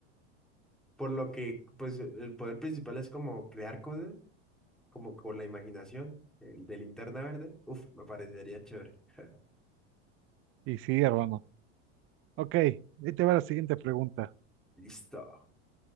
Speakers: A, in the centre; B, on the right.
A: Por lo que, pues, el poder principal es como crear cosas, como con la imaginación. El de Linterna verde. Uf, me parecería chévere. <laughs>
B: Y sí, hermano. Ok, ahí te va la siguiente pregunta.
A: Listo.